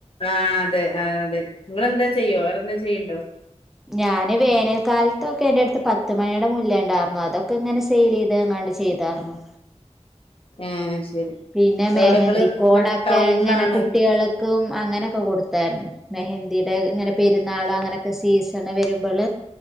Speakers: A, on the left (about 50°); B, in the centre.
A: ആ അതെ ആ അതെ നിങ്ങളെന്തേ ചെയ്യോ വേറെന്താ ചെയ്യണ്ടോ
B: ഞാന് വേനൽക്കാലത്തൊക്കെ എന്റെ അടുത്ത് പത്ത് മണിയുടെ മുല്ലണ്ടാർന്നു അതൊക്കെ ഇങ്ങനെ സെയിൽ ചെയ്ത് ചെയ്താർന്നു
A: ആ ശരി
B: പിന്നെ മെഹന്തി
A: എവിടെ ഇങ്ങള്
B: കോടൊക്കെ
A: ഇങ്ങള് ടൗണിലാണ്
B: ഇങ്ങനെ കുട്ടികൾക്കും അങ്ങനൊക്കെ കൊടുത്തായിരുന്നു മെഹന്ദിയുടെ ഇങ്ങനെ പെരുന്നാള് അങ്ങനൊക്കെ സീസണ് വരുമ്പോൾ